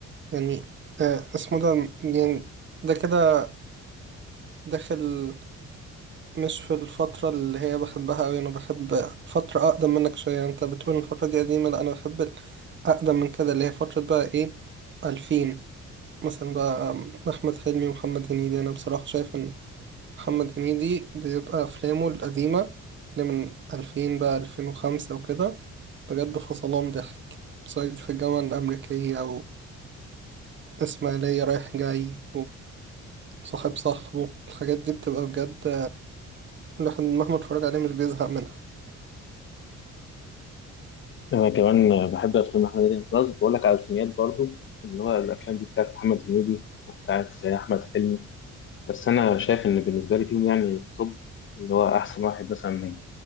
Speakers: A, on the right (about 40°); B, on the left (about 40°).
A: يعني آه، اسمه ده يعني ده كده داخل مش في الفترة اللي هي بحبها أوي أنا بحب فترة أقدم منك شوية أنت بتقول إن الفترة دي قديمة لأ أنا بحب أقدم من كده اللي هي فترة بقى إيه ألفين مثلا بقى آم، أحمد حلمي ومحمد هنيدي أنا بصراحة شايف إن محمد هنيدي بيبقى أفلامه القديمة اللي من ألفين بقى ألفين وخمسة وكده بجد فصلان ضحك صعيدي في الجامعة الأمريكية وإسماعيلية رايح جاي وصاحب صاحبه الحاجات دي بتبقى بجد الواحد مهما اتفرج عليه مش بيزهق منها
B: انا كمان بحب افلام محمد هنيدي خلاص بقول لك على الفينيات برضو اللي هو الافلام دي بتاعت محمد هنيدي وبتاعت احمد حلمي بس انا شايف ان بالنسبه لي فيهم يعني التوب اللي هو احسن واحد مثلا من-